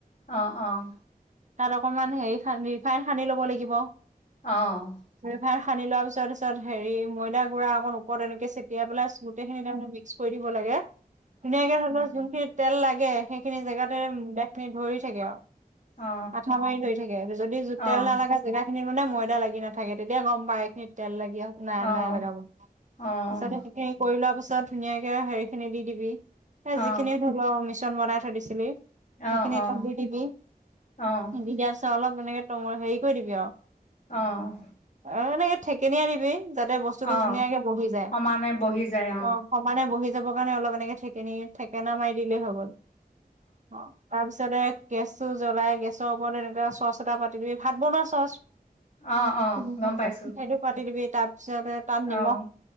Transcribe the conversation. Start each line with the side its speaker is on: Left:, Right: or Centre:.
Left: অহ, অহ,
Right: তাত অকনমান হেৰি ৰিফাইন সানি ল'ব লাগিব।
Left: অ',
Right: ৰিফাইন সানি লোৱাৰ পিছত পিছত হেৰি ময়দা গুৰা অকণ ওপৰত এনেকে তেতিাই পেলাই স্মুটেই খিনি তাৰে মিক্স কৰি দিব লাগে ধুনীয়াকে ধৰণৰ যোনখিনি তেল লাগে। সেইখিনি জেগাতে <unintelligible> খিনি ভৰি থাকে আৰু।
Left: অ',
Right: আঠা মাৰি ধৰি থাকে যদি
Left: অ',
Right: তেল
Left: অ',
Right: নালাগে জেগা খিনি মানে ময়দা লাগি নাথাকে তেতিয়া গম পায় এইখিনিত তেল লাগি নাই,
Left: অ',
Right: নাই লাগা মোৰ
Left: অ',
Right: সঁচাকে। <unintelligible> খিনি কৰি লোৱা পিছত ধুনীয়াকে হেৰি খিনি দি দিবি এ
Left: অ',
Right: যিখিনি <unintelligible> মিশ্ৰণ বনাই থৈ দিছিলি সেইখিনি
Left: অ',
Right: <unintelligible> দি দিবি।
Left: অ',
Right: দি দিয়া পাছত অলপ এনেকে <unintelligible> হেৰি কৰি দিবি আৰু।
Left: অ'।
Right: অ এনেকে থেকেনিয়াই দিবি যাতে বস্তুটো
Left: অ',
Right: ধুনীয়াকে বহি যায়
Left: সমানে বহি যায়
Right: অ'। সমানে বহি যাব কাৰণে অলপ এনেকে ঠেকেনি ঠেকেনা মাৰি দিলেই হৈ গ'ল। অ তাৰপিছতে গেছ টো' জ্বলাই গেছৰ ওপৰত এনেকোৱা চচ এটা পাতি দিবি ভাত বনোৱা চচ
Left: অ', অ',
Right: সেইটো
Left: গম পাইছোঁ
Right: পাতি দিবি তাৰ পিছত তাত নিমখ
Left: অ',